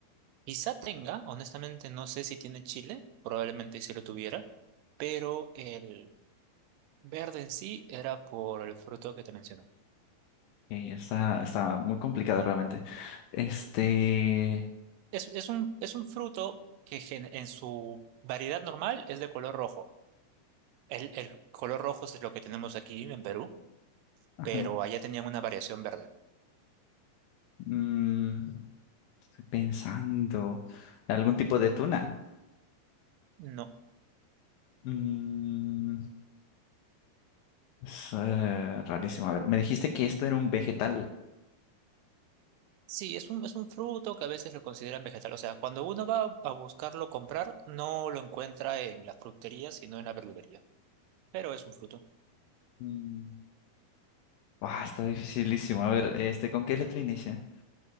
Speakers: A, on the right; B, on the left.
A: Quizá tenga, honestamente no sé si tiene chile, probablemente si lo tuviera, pero el verde en sí era por el fruto que te menciono.
B: y está, está muy complicado realmente. Este,
A: Es, es un, es un fruto que gen- en su variedad normal es de color rojo. El, el color rojo es lo que tenemos aquí en Perú,
B: ajá,
A: pero allá tenían una variación verde.
B: mm, estoy pensando, algún tipo de tuna.
A: No.
B: Mm, es eh, rarísimo. A ver, me dijiste que esto era un vegetal.
A: Sí, es un, es un fruto que a veces lo consideran vegetal. O sea, cuando uno va a buscarlo comprar, no lo encuentra en las fruterías, sino en la verdulería. Pero es un fruto.
B: Mm, ah, está dificilísimo. A ver, este, ¿con qué letra inicia?